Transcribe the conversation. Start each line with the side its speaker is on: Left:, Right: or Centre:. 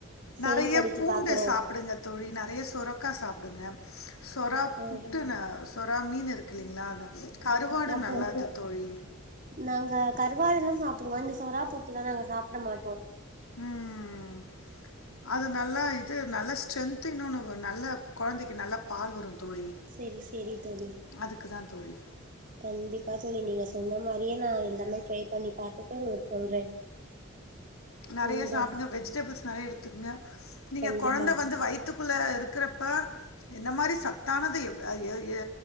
Right: செயல்படுத்தி
Left: நறைய பூண்டு
Right: பாக்குறே
Left: சாப்டுங்க தோழி நெறைய சொரக்கா சாப்டுங்க சொறா
Right: ம்
Left: புட்டு நா சொறா மீன் இருக்குல்லீங்களா அந்த கருவாடு
Right: அது
Left: நல்லது தோழி
Right: நாங்க கருவாடுல்லா சாப்பிடுவோ இந்த சொறாப்புட்டு லா நாங்க சாப்ட மாட்டோ
Left: ம் ம் ம் அது நல்லா இது ஸ்ட்ரென்து இன்னொன்னு நல்லா கொழந்தைக்கு நல்லா பால் வரு தோழி
Right: செரி செரி தோழி
Left: அதுக்கு தான் தோழி.
Right: கண்டிப்பா தோழி நீங்க சொன்ன மாரியே நா எல்லாமே ட்ரை பண்ணி பாத்துட்டு உங்களுக்கு சொல்றே
Left: நெறைய
Right: உங்க
Left: சாப்டுங்க வெஜிடபிள்ஸ் நெறைய எடுத்துக்கங்க நீங்க
Right: கண்டிப்பா
Left: கொழந்த வந்து வய் வைத்துக்குள்ள இருக்கிறப்ப இந்த மாரி சத்தானது எ எ எ